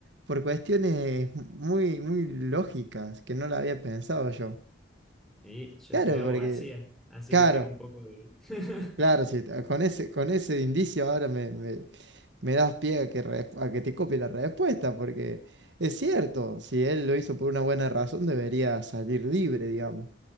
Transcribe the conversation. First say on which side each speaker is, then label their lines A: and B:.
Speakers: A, on the right; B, in the centre.
A: por cuestiones muy, muy lógicas que no la había pensado yo.
B: Y yo
A: Claro,
B: estudié abogacía,
A: porque,
B: así
A: claro,
B: que tengo un poco de... <laughs>
A: Claro, sí, ta- con ese, con ese indicio ahora me, me- me das pie a que, re- a que te copie la respuesta, porque es cierto, si él lo hizo por una buena razón, debería salir libre, digamos.